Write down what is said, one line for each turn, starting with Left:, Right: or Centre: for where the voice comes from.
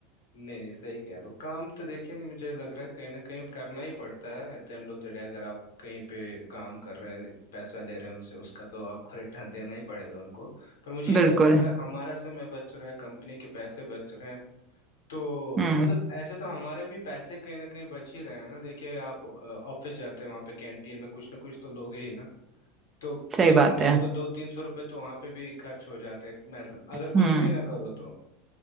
Left: नहीं नहीं सही कह रहे हो काम तो देखिए मुझे लग रहा है कहीं ना कहीं करना ही पड़ता है at the end of the day अगर आप कहीं पे काम कर रहे हैं पैसा ले रहे हैं उनसे उसका तो आपको <laughs> रिटर्न देना ही पड़ेगा उनको पर मुझे ये
Right: बिल्कुल
Left: लगता है अगर हमारा समय बच रहा है कंपनी के पैसे बच रहे हैं तो
Right: हम्म
Left: मतलब ऐसे तो हमारे भी पैसे कहीं ना कहीं बच ही रहे हैं ना देखिए आप ऑफिस जाते हैं वहाँ पे कैंटीन में कुछ ना कुछ तो लोगे ही ना तो
Right: सही
Left: करीबन
Right: बात
Left: मुझे
Right: है
Left: तो दो तीन सौ रुपये तो वहाँ पे भी खर्च हो जाते हैं मैं अगर
Right: हम्म
Left: कुछ भी ना करो तो